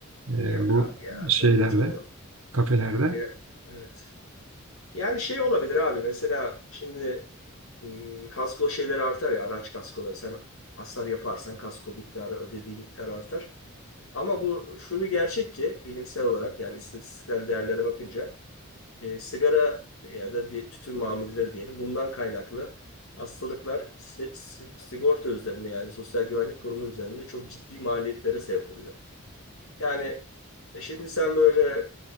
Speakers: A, on the right; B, on the left.
A: E,
B: Yok
A: bu
B: abi ya
A: şeylerde,
B: zannetmiyorum.
A: kafelerde.
B: Yani bir, evet. Yani şey olabilir abi mesela şimdi hmm, kasko şeyleri artar ya araç kaskoları sen hasar yaparsan kasko miktarı ödediği miktar artar. Ama bu şu bir gerçek ki bilimsel olarak yani istatistiksel değerlere bakınca e, sigara ya da di- tütün mamulleri diyelim bundan kaynaklı hastalıklar si- si- sigorta üzerinde yani Sosyal Güvenlik Kurumu üzerinde çok ciddi maliyetlere sebep oluyor. Yani e şimdi sen böyle